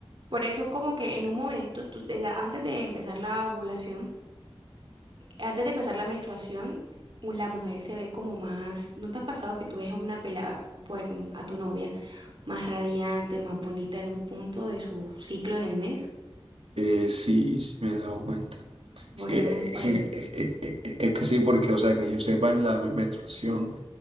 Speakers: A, on the right (about 55°); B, on the right (about 80°).
A: Por eso es como que en un momento, tú- de la- antes de empezar la ovulación, antes de empezar la menstruación, u- la mujer se ve como más, ¿no te ha pasado que tú ves a una pelada, bueno, a tu novia, más radiante, más bonita en un punto de su ciclo en el mes?
B: Eh, sí, sí me he dado cuenta.
A: Bueno,
B: Je-
A: es por
B: je-
A: eso.
B: je- je- je- Es que sí, porque, o sea, que yo sepa, en la menstruación